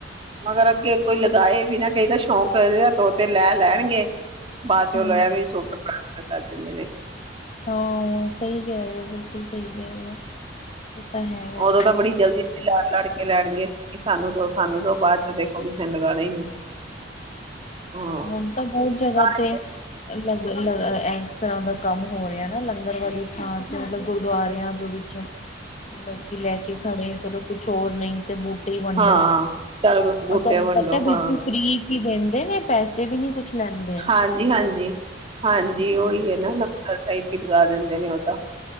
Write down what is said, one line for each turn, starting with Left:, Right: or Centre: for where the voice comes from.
Right: ਮਗਰ ਅੱਗੇ ਕੋਈ ਲਗਾਏ ਵੀ ਨਾ ਕਈ ਦਾ, ਸ਼ੌਂਕ ਇਹ ਤੋ ਤੇ ਲੈ ਲੈਣਗੇ ਬਾਅਦ ਚਲ
Left: ਹਮ
Right: ਐਵੇਂ ਸੁੱਟ ਪ੍ਰਾਪਤ ਕਰ ਦਿੰਦੇ ਨੇ <inaudible>
Left: ਹਾਂ ਸਹੀ ਕਹਿ ਰਹੇ ਹੋ, ਬਿਲਕੁਲ ਸਹੀ ਕਹਿ ਰਹੇ ਹੋ ਇਹ ਤਾਂ ਹੈ ਵੈਸੇ
Right: ਉਦੋਂ ਤਾਂ ਬੜੀ ਜਲਦੀ ਲੜ ਲੜ ਕੇ ਲੈਣਗੇ, ਕਿ ਸਾਨੂੰ ਦੋ ਸਾਨੂੰ ਦੋ ਬਾਅਦ ਚੋਂ ਦੇਖੋ ਕਿਸੇ ਨੇ ਲਗਾਣੇ ਹੀ ਨੀ ਹਾਂ
Left: ਹੁਣ ਤਾਂ ਬਹੁਤ ਜਗ੍ਹਾ
Right: ਪੁਰਾਣੇ
Left: ਤੇ ਲਗ ਇਸ ਤਰ੍ਹਾਂ ਦਾ ਕੰਮ ਹੋ ਰਿਹਾ ਨਾ, ਲੰਗਰ ਵਾਲੀ ਥਾਂ ਤੇ ਮਤਲਬ ਗੁਰਦੁਆਰਿਆਂ ਦੇ ਵਿੱਚ, ਲੋਕੀ ਲੈ ਕੇ ਖੜੇ ਚਲੋ ਕੁਛ ਹੋਰ ਨਹੀਂ ਤੇ ਬੂ ਕੀ ਵੰਡੋ,
Right: ਹਾਂ ਚੱਲ ਬੂਟੇ
Left: ਤੁਹਾਨੂੰ
Right: ਵੰਡੋ
Left: ਪਤਾ ਬਿਲਕੁਲ
Right: ਹਾਂ
Left: ਫ੍ਰੀ ਚ ਹੀ ਦਿੰਦੇ ਨੇ ਪੈਸੇ ਵੀ ਨੀ ਕੁਛ ਲੈਂਦੇ
Right: ਹਾਂਜੀ, ਹਾਂਜੀ, ਹਾਂਜੀ
Left: ਹੂੰ
Right: ਔਹੀ ਹੈ ਨਾ ਲਗ ਪਾਈਪ ਈ ਲਗਾ ਦਿੰਦੇ ਨੇ ਔ ਤਾਂ,